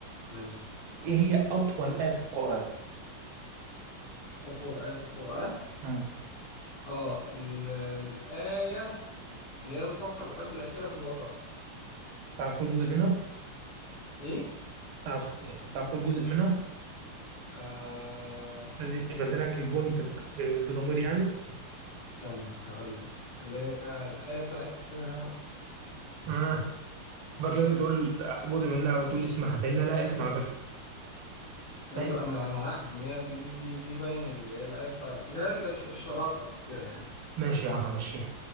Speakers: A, on the left (about 55°); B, on the right (about 80°).
A: ماشي
B: إيه هي أطول آية في القرآن؟
A: أطول آية في القرآن
B: مم.
A: اه ال- الآية اللي هي الصفحة اللي قبل الأخيرة في البقرة
B: تعرف تقول جزء منها؟
A: ايه
B: تعرف تعرف تقول جزء منها؟
A: آه
B: الذي بدلك البونت ب- ب- بضمير يعني؟
A: استنى هقول لك اللي هي الآية بتاعت آه،
B: آه باك لازم تقول جزء منها وتقول اسمها لأنها لا اسم على فكرة
A: ايوه
B: لا اسم
A: انا انا عارف ان هي دي دي دي, دي باين اللي هي الآية بتاعت لا لا الش- الشراكة او كده يعني
B: ماشي يا عم ماشي